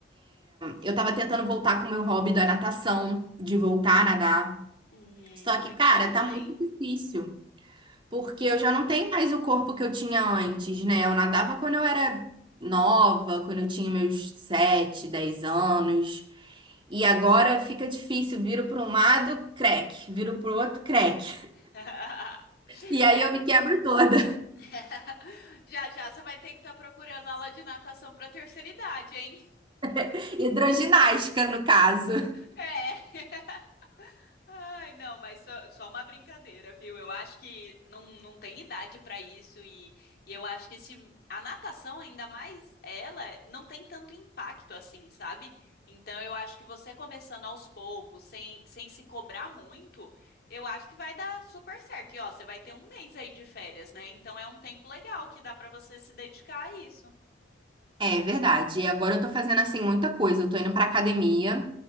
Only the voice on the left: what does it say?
Hum,
legal
também.
Ah.
<laughs>
É,
<laughs> já já você vai ter que estar procurando aula de natação para terceira idade, hein?
É. Ai, não, mas só, só uma brincadeira, viu? Eu acho que não, não tem idade pra isso e, e eu acho que se a natação, ainda mais ela, não tem tanto impacto assim, sabe? Então eu acho que você começando aos poucos, sem, sem se cobrar muito, eu acho que vai dar super certo. E ó, você vai ter um mês aí de férias, né? Então é um tempo legal que dá pra você se dedicar a isso.